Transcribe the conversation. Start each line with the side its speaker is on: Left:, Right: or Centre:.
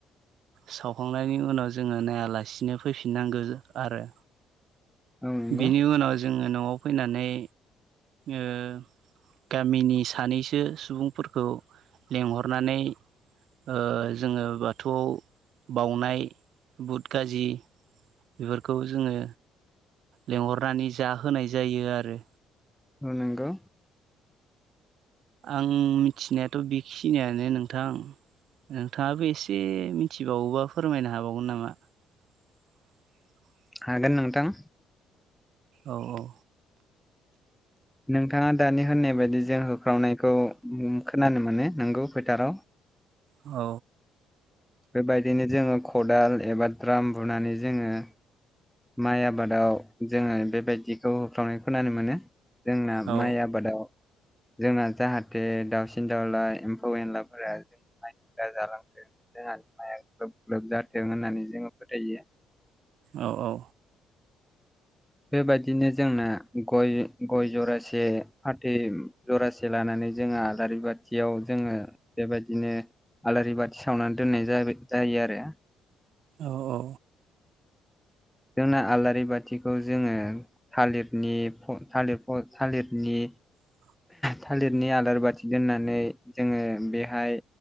Right: सावखांनायनि उनाव जोङो नायालासिनो फैफिननांगौ आरो।
Centre: औ नंगौ
Right: बेनि उनाव जोङो न'आव फैनानै ओ गामिनि सानैसो सुबुंफोरखौ लेंंहरनानै ओ जोङो बाथौआव बाउनाय बुट खाजि बेफोरखौ जोङो लेंहरनानै जाहोनाय जायो आरो।
Centre: औ नंगौ।
Right: आं मिथिनायाथ' बेखिनियानो नोंथां। नोंथाङाबो एसे मिथिबावोबा फोरमायनो हाबावगोन नामा? लांदां
Centre: हागोन नोंथां।
Right: औ-औ
Centre: नोंथाङा दानि होननाय बायदि जों होख्रावनायखौ खोनानो मोनो नंगौ फोथाराव
Right: औ।
Centre: बेबायदिनो जोङो खदाल एबा द्राम बुनानै जोङो माइ आबादाव जोङो बेबायदिखौ होफ्रावनायखौ खोनानो मोनो। जोंना
Right: औ
Centre: माइ आबादाव जोंना जाहाथे दाउसिन दाउला एम्फौ एनलाफोरा जोंनि माइखौ दि जालांथों जोंहा माया ग्लोब-ग्लोब जाथों होननानै जोङो फोथायो।
Right: औ-औ
Centre: बेबायदिनो जोंना गय-गय जरासे फाथै जरासे लानानै नै जोङा आलारि बाथियाव जोङो बेबायदिनो आलारि बाथि सावनानै दोननाय जा-जायो आरो।
Right: औ-औ
Centre: जोंना आलारि बाथिखौ जोङो थालिरनि थालिर थालिरनि
Right: लांदां
Centre: थालिरनि आलारि बाथि दोननानै जोङो बेहाय